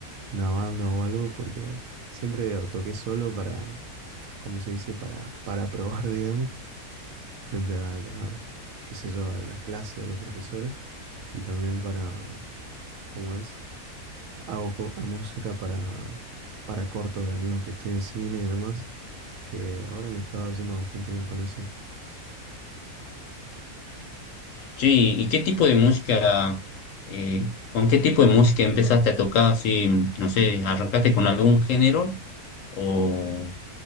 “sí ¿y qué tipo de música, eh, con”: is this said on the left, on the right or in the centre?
Left